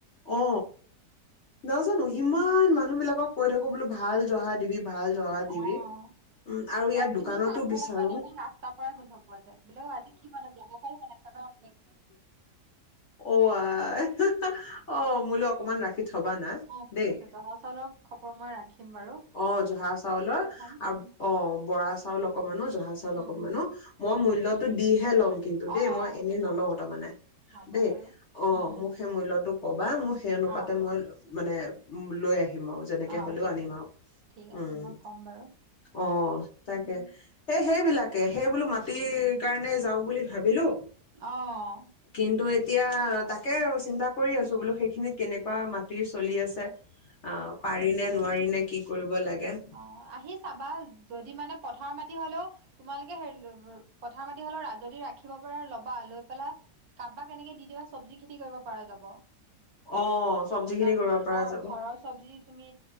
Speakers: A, on the left; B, on the right.
A: অ নাজানো ইমান মানুহ বিলাকক কৈ থাকো বোলো ভাল জহা দিবি ভাল জহা দিবি
B: অ'
A: উম আৰু
B: ইয়াত
A: দোকানতো
B: তুমি পাকঘৰত
A: বিচাৰো
B: বনাবা ৰাস্তাৰ পৰাই গোন্ধ পোৱা যায় বোলে অ আজি কি বনাই বনাইছা ন
A: অ অ' মোলৈ অকমান ৰাখি থবা না
B: অ' ঠিক
A: দেই
B: আছে জহা চাউলক খবৰ মই ৰাখিম বাৰু
A: অ' জহা চাউলৰ
B: ফোন কৰি থম
A: আৰু
B: উম
A: অ' বৰা চ চ লোক <inaudible> মানুহৰ জহা চাউল
B: উম
A: অকমানো
B: উম উম
A: মই
B: ঠিক
A: মূল্য়তটো
B: আছে
A: দিহে লম কিন্তু
B: অ
A: দেই
B: অ
A: মই এনেই নলওঁ তাৰমানানে
B: হ'ব
A: দেই
B: বাৰু
A: অ
B: উম উম
A: মোক সেই মূল্য়টোক বা মোৰ সেই অনুপাতে
B: অ
A: মই লম। মানে উ লৈ আহি <inaudible> দিম আৰু যেনেকে
B: অ
A: হ'লেও, আনিম আৰু।
B: ঠিক আছে
A: উম
B: মই ক'ম বাৰু
A: অ তাকে
B: উম
A: এহ। সেইবিলাকে, সেইবোলো মাটিৰ কাৰণে যাওঁ বুলি ভাবিলো।
B: অহ।
A: কিন্তু এতিয়া তাকে আৰু চিন্তা কৰি আছো বোলো সেইখিনিত কেনেকুৱা মাটিৰ চলি আছে। অ' পাৰি নে নোৱাৰি নে। কি কৰিব।। লাগে
B: অ' আহি চাবা যদি মানে। পথাৰৰ মাটি হলেও তোমালোকে হেৰি পথাৰ মাটি হলেও যদি ৰাখি।। ৰাখিব পাৰা ল'বা লৈ পেলাই।। কাৰবাক এনেকেদি দিবা চব্জি খেতি।। কৰিব পৰা যাব
A: অ', চব্জি খিনি
B: কাৰণ
A: কৰিব পৰা
B: অ'
A: যাব।
B: ঘৰৰ চবজি।। তুমি